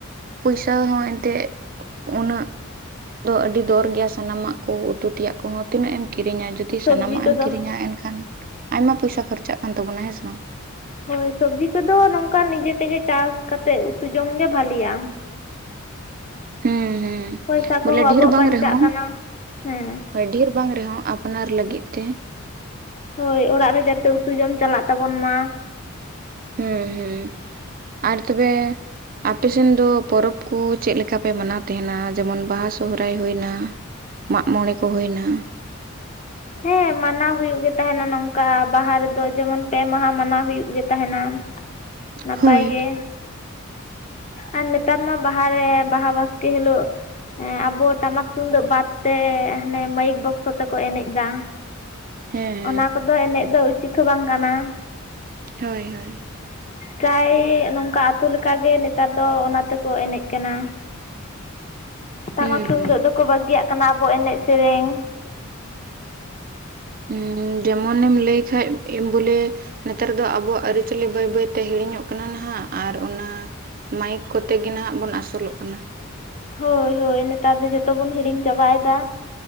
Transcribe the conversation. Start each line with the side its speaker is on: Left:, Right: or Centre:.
Right: ᱯᱚᱭᱥᱟ ᱦᱚᱸ ᱮᱱᱛᱮ ᱩᱱᱟᱹᱜᱼᱼ ᱫᱚ ᱟᱹᱰᱤ ᱫᱚᱨ ᱜᱮᱭᱟ ᱥᱟᱱᱟᱢᱟᱜ ᱠᱚ ᱩᱛᱩ ᱛᱮᱭᱟᱜ ᱠᱚᱦᱚᱸ ᱛᱤᱱᱟᱹᱜ ᱮᱢᱼᱼ ᱠᱤᱨᱤᱧᱟ ᱡᱩᱫᱤ
Left: ᱥᱚᱵᱽᱡᱤ
Right: ᱥᱟᱱᱟᱢᱟᱜ
Left: ᱠᱚᱫᱚ
Right: ᱮᱢ ᱠᱤᱨᱤᱧᱟ ᱮᱱᱠᱷᱟᱱ ᱟᱭᱢᱟ ᱯᱚᱭᱥᱟ ᱠᱷᱚᱨᱪᱟᱜ ᱠᱟᱱ ᱛᱟᱵᱚᱱᱟ, ᱦᱮᱸ ᱥᱮ ᱵᱟᱝ?
Left: ᱦᱳᱭ ᱥᱚᱵᱽᱡᱤ ᱠᱚᱫᱚ ᱱᱚᱝᱠᱟ ᱱᱤᱡᱮ ᱛᱮᱜᱮ ᱪᱟᱥ ᱠᱟᱛᱮᱜ ᱩᱛᱩ ᱡᱚᱢ ᱜᱮ ᱵᱷᱟᱞᱤᱭᱟ᱾
Right: ᱦᱩᱸ ᱦᱩᱸ᱾
Left: ᱯᱚᱭᱥᱟ ᱠᱚᱦᱚᱸ
Right: ᱵᱚᱞᱮ
Left: ᱟᱵᱚᱣᱟᱜ
Right: ᱰᱷᱮᱨ ᱵᱟᱝ
Left: ᱵᱟᱧᱪᱟᱜ
Right: ᱨᱮᱦᱚᱸ
Left: ᱠᱟᱱᱟ ᱦᱮᱸ᱾
Right: ᱦᱳᱭ ᱰᱷᱮᱨ ᱵᱟᱝ ᱨᱮᱦᱚᱸ ᱟᱯᱱᱟᱨ ᱞᱟᱹᱜᱤᱫ ᱛᱮ᱾
Left: ᱦᱳᱭ ᱚᱲᱟᱜ ᱨᱮ ᱡᱟᱛᱮ ᱩᱛᱩ ᱡᱚᱢ ᱪᱟᱞᱟᱜ ᱛᱟᱵᱚᱱ ᱢᱟ᱾
Right: ᱦᱩᱸ ᱦᱩᱸ, ᱟᱨ ᱛᱚᱵᱮᱼᱼ ᱟᱯᱮ ᱥᱮᱱ ᱫᱚ ᱯᱚᱨᱚᱵᱽ ᱠᱚ ᱪᱮᱫ ᱞᱮᱠᱟ ᱯᱮ ᱢᱟᱱᱟᱣ ᱛᱮᱦᱮᱱᱟ, ᱡᱮᱢᱚᱱ ᱵᱟᱦᱟ ᱥᱚᱨᱟᱭ ᱦᱩᱭᱱᱟ᱾ ᱢᱟᱜᱽ ᱢᱚᱬᱮ ᱠᱚ ᱦᱩᱭᱱᱟ᱾
Left: ᱦᱮᱸ ᱢᱟᱱᱟᱣ ᱦᱩᱭᱩᱜ ᱜᱮ ᱛᱟᱦᱮᱱᱟ ᱱᱚᱝᱠᱟ ᱵᱟᱦᱟ ᱨᱮᱫᱚ ᱡᱮᱢᱚᱱ ᱯᱮ ᱢᱟᱦᱟ ᱢᱟᱱᱟᱣ ᱦᱩᱭᱩᱜ ᱜᱮ ᱛᱟᱦᱮᱱᱟ᱾ ᱱᱟᱯᱟᱭ
Right: ᱦᱳᱭ,
Left: ᱜᱮ᱾ ᱟᱨ ᱱᱮᱛᱟᱨ ᱢᱟ ᱵᱟᱦᱟᱨᱮ ᱵᱟᱦᱟ ᱵᱟᱥᱠᱮ ᱦᱤᱞᱳᱜ᱾ ᱦᱮᱸ ᱟᱵᱚ ᱴᱟᱢᱟᱠ ᱛᱩᱢᱫᱟᱹᱜ ᱵᱟᱫ ᱛᱮ ᱦᱟᱱᱮ ᱢᱟᱹᱭᱤᱠ ᱵᱚᱠᱥᱚ ᱛᱮᱠᱚ ᱮᱱᱮᱡ ᱫᱟ᱾
Right: ᱦᱮᱸ ᱦᱮᱸ᱾
Left: ᱚᱱᱟ ᱠᱚᱫᱚ ᱮᱱᱮᱡ ᱫᱚ ᱩᱪᱤᱛ ᱦᱚᱸ ᱵᱟᱝ ᱠᱟᱱᱟ᱾
Right: ᱦᱳᱭ ᱦᱳᱭ᱾
Left: ᱡᱟᱭ ᱱᱚᱝᱠᱟ ᱟᱹᱛᱳ ᱞᱮᱠᱟ ᱜᱮ ᱱᱮᱛᱟᱨ ᱫᱚ ᱚᱱᱟ ᱛᱮᱠᱚ ᱮᱱᱮᱡ ᱠᱟᱱᱟ᱾ ᱴᱟᱢᱟᱠ
Right: ᱦᱩᱸ
Left: ᱛᱩᱢᱫᱟᱹᱜ
Right: ᱦᱩᱸ᱾
Left: ᱫᱚᱠᱚ ᱵᱟᱹᱜᱤᱭᱟᱜ ᱠᱟᱱᱟ ᱟᱵᱚ ᱮᱱᱮᱡ ᱥᱮᱨᱮᱧ,
Right: ᱩᱸ, ᱡᱮᱢᱚᱱᱮᱢ ᱞᱟᱹᱭ ᱠᱷᱟᱡ ᱮᱢ ᱵᱚᱞᱮ, ᱱᱮᱛᱟᱨ ᱫᱚ ᱟᱵᱚᱣᱟᱜ ᱟᱹᱨᱤᱪᱟᱹᱞᱤ ᱵᱟᱹᱭ ᱵᱟᱹᱭᱛᱮ ᱦᱤᱲᱤᱧᱚᱜ ᱠᱟᱱᱟ ᱱᱟᱦᱟᱸᱜ ᱟᱨ ᱚᱱᱟ, ᱢᱟᱭᱤᱠ ᱠᱚᱛᱮ ᱜᱮ ᱱᱟᱦᱟᱜ ᱵᱚᱱ ᱟᱥᱩᱞᱚᱜ ᱠᱟᱱᱟ᱾
Left: ᱦᱳᱭ ᱦᱳᱭ ᱱᱮᱛᱟᱨ ᱫᱚ ᱡᱚᱛᱚ ᱵᱚᱱ ᱦᱤᱲᱤᱧ ᱪᱟᱵᱟᱭᱮᱫᱟ᱾